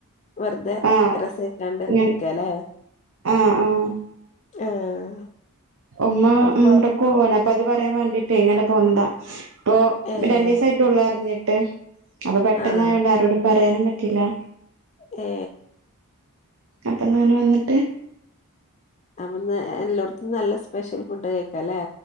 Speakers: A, on the left (about 30°); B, on the right (about 65°).
A: വെറുതെ
B: ആഹ്
A: രസമായിക്കാണ്ട്
B: ഞാൻ
A: നിക്കല്ലേ
B: ആഹ് ആഹ്
A: ആഹ്
B: ഉമ്മ
A: അപ്പൊ
B: ഉംറക്ക്
A: കൊറെ
B: പോവാണ് അപ്പ അത് പറയാൻ വേണ്ടിട്ടേ ഇങ്ങനെ പോകുന്നതാ ഇപ്പൊ
A: ഏഹ്
B: രണ്ടീസയിട്ടള്ള അറിഞ്ഞിട്ട് അപ്പൊ പെട്ടെന്ന്
A: ആഹ്
B: ആയോണ്ട് ആരോടും പറയാനും പറ്റ തില്ലാ
A: ഏ
B: അപ്പൊ എന്നാണ് വന്നിട്ട്
A: അപ്പോന്ന് എല്ലോഡ്ത്തും നല്ല സ്പെഷ്യൽ ഫുഡ് കഴിക്കല്ലേ